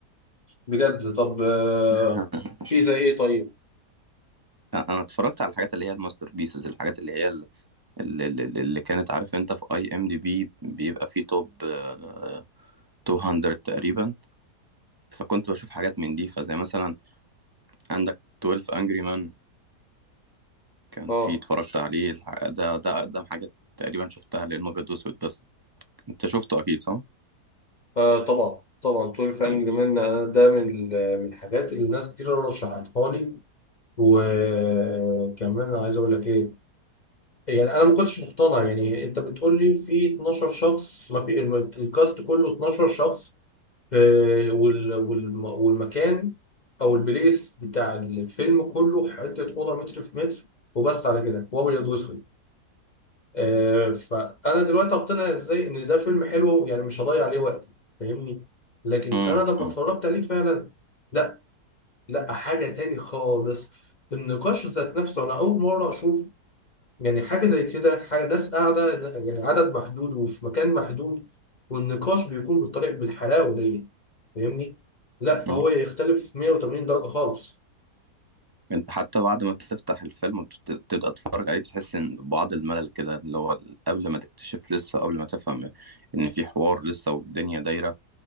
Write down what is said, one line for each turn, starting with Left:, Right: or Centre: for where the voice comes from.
Left: بجد طب آه
Right: <laughs>
Left: في زي ايه طيب
Right: انا اتفرجت على الحاجات اللي هي الماستر بيسز الحاجات اللي هي ال- ال- ال- اللي كانت عارف انت في اي ام دي بي بيبقى فيه توب آه، 200 تقريبا فكنت بشوف حاجات من دي فزي مثلا عندك 12 انجري مان كان
Left: اه,
Right: في اتفرجت عليه الح- ده ده اقدم حاجة تقريبا شفتها لانه ابيض واسود بس انت شفته اكيد صح؟
Left: آه طبعا طبعا 12
Right: طيب
Left: انجري مان ده من ال- من الحاجات اللي ناس كتير رشحتها لي وكمان أنا عايز اقول لك ايه يعني انا ما كنتش مقتنع يعني انت بتقول لي في 12 شخص ما في الم- الكاست كله 12 شخص في وال وال والمكان او البليس بتاع الفيلم كله حته اوضه متر في متر وبس على كده وابيض واسود آه فانا دلوقتي اقتنع ازاي ان ده فيلم حلو يعني مش هضيع عليه وقتي فاهمني لكن
Right: امم
Left: انا لما اتفرجت عليه فعلا لا لا حاجة تاني خالص النقاش ذات نفسه أنا أول مرة أشوف يعني حاجة زي كده حاجة ناس قاعدة يعني عدد محدود وفي مكان محدود والنقاش بيكون بالطريقة بالحلاوة دي فاهمني؟ لا فهو
Right: امم
Left: يختلف 180 درجة خالص
Right: انت حتى بعد ما بتفتح الفيلم وتبدأ تتفرج عليه بتحس ان بعض الملل كده اللي هو قبل ما تكتشف لسه قبل ما تفهم ان في حوار لسه والدنيا دايرة